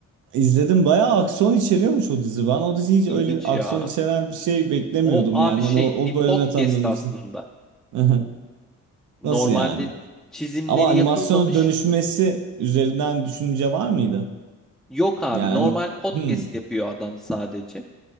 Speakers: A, on the right; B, in the centre.
A: İzledim bayağı aksiyon içeriyormuş o dizi. Ben o dizi hiç
B: İlginç
A: öyle bir
B: ya.
A: aksiyon içeren bir şey beklemiyordum
B: O abi
A: yani.
B: şey
A: Hani o,
B: bir
A: o bölümle
B: podcast
A: tanıdığım
B: aslında.
A: için. <laughs>
B: Normalde
A: Nasıl yani?
B: çizimleri
A: Ama animasyona
B: yapılmamış.
A: dönüşmesi üzerinden düşünce var mıydı?
B: Yok abi
A: Yani
B: normal
A: hani...
B: podcast
A: Hmm.
B: yapıyor adam sadece.